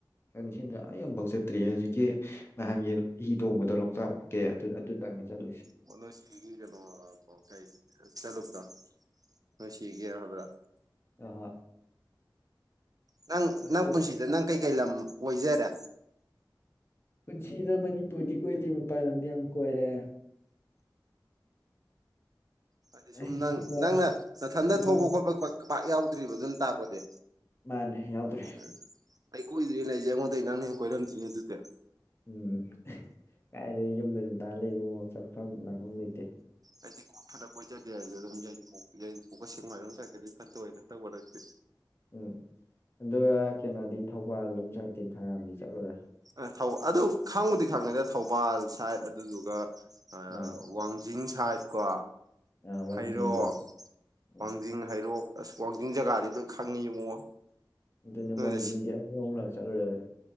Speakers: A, on the left; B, on the right.
A: ꯈꯤꯅꯤ ꯁꯦꯟꯗ꯭ꯔꯥ ꯑꯩ ꯌꯥꯝꯐꯥꯎ ꯆꯦ <unintelligible> ꯆꯠꯇ꯭ꯔꯤ ꯍꯧꯖꯤꯛꯀꯤ ꯅꯍꯥꯟꯒꯤ ꯍꯤ ꯇꯣꯡꯕꯗꯣ ꯂꯣꯛꯇꯥꯛꯀꯦ ꯑꯗꯨ ꯑꯗꯨꯇꯪ ꯆꯠꯂꯨꯁꯤ
B: ꯑꯣ ꯅꯣꯏꯆꯦꯒꯤ ꯀꯩꯅꯣ ꯀꯩ ꯆꯠꯂꯨꯕ꯭ꯔꯣ ꯅꯣꯏꯆꯦꯒꯤ ꯍꯥꯏꯕ꯭ꯔꯥ
A: ꯑꯥ ꯍꯣꯏ
B: ꯅꯪ
A: ꯑꯗꯨ
B: ꯅꯪ ꯄꯨꯟꯁꯤꯗ ꯅꯪ ꯀꯩꯀꯩ ꯂꯝ ꯀꯣꯏꯖꯔꯦ
A: ꯄꯨꯟꯁꯤꯗ ꯃꯅꯤꯄꯨꯔꯗꯤ ꯀꯣꯏꯗ꯭ꯔꯤ ꯃꯄꯥꯟ ꯂꯝꯗꯤ ꯌꯥꯝ ꯀꯣꯏꯔꯦ
B: ꯍꯥꯏꯗꯤ ꯁꯨꯝ
A: ꯑꯩ
B: ꯅꯪ
A: ꯏꯃꯥ
B: ꯅꯪꯅ
A: ꯂꯩꯄꯥꯛ
B: ꯅꯊꯟꯗ
A: ꯃꯥꯅꯤ
B: ꯊꯣꯛꯄ ꯈꯣꯠꯄ ꯄꯥꯛ ꯌꯥꯎꯗ꯭ꯔꯤꯕ ꯑꯗꯨꯅ ꯇꯥꯛꯄꯗꯤ
A: ꯃꯥꯅꯦ ꯌꯥꯎꯗ꯭ꯔꯦ
B: ꯎꯝ ꯑꯩ ꯀꯣꯏꯗ꯭ꯔꯤ ꯂꯩꯖꯦ ꯑꯩꯉꯣꯟꯗꯩ ꯅꯪꯅ ꯍꯦꯟꯅ ꯀꯣꯏꯔꯝꯗ꯭ꯔꯤꯅꯦ ꯑꯗꯨꯗꯤ
A: ꯎꯝ ꯀꯥꯏꯗꯩ ꯌꯨꯝꯗ ꯑꯗꯨꯝ ꯇꯥ ꯂꯩꯕꯑꯣ ꯆꯠꯐꯝ ꯂꯥꯛꯐꯝ ꯂꯩꯇꯦ
B: ꯑꯩꯗꯤꯀꯣ ꯐꯅ ꯀꯣꯏꯖꯗꯦ ꯍꯥꯏꯖꯨ ꯑꯗꯨꯝ ꯌꯥꯏꯔꯤꯄꯣꯛ ꯌꯥꯏꯔꯤꯄꯣꯛꯀ ꯁꯦꯛꯃꯥꯏꯔꯣꯝ ꯁꯥꯏꯗ ꯀꯗꯤ ꯈꯔ ꯇꯣꯏꯔꯦ ꯍꯟꯗꯛ ꯃꯔꯛꯇꯤ
A: ꯎꯝ ꯑꯗꯨꯒ ꯀꯩꯅꯣꯗꯤ ꯊꯧꯕꯥꯜ ꯂꯣꯝ ꯁꯥꯏꯗꯇꯤ ꯐꯅꯥꯌꯥꯝꯗꯤ ꯆꯠꯂꯨꯔꯦ
B: ꯑ ꯊꯧ ꯑꯗꯨ ꯈꯪꯕꯨꯗꯤ ꯈꯪꯉꯦꯗ ꯊꯧꯕꯥꯜ ꯁꯥꯏꯗ ꯑꯗꯨꯗꯨꯒ ꯑ
A: ꯑꯥ
B: ꯋꯥꯡ ꯖꯤꯡ ꯁꯥꯏꯗ ꯀꯣ
A: ꯑꯥ ꯋꯥꯡꯖꯤꯡꯗꯣ
B: ꯍꯩꯔꯣꯛ
A: ꯎꯝ
B: ꯋꯥꯡꯖꯤꯡ ꯍꯩꯔꯣꯛ ꯑꯁ ꯋꯥꯡꯖꯤꯡ ꯖꯒꯥꯥꯗꯤ ꯂꯣꯏ ꯈꯪꯉꯤ ꯏꯕꯨꯡꯉꯣ
A: ꯑꯗꯨꯅꯦ
B: ꯅꯣꯏꯅ
A: ꯋꯥꯡꯖꯤꯡꯗꯤ ꯑꯅꯤ ꯑꯍꯨꯝꯂꯛ ꯆꯠꯂꯨꯔꯦꯃꯤ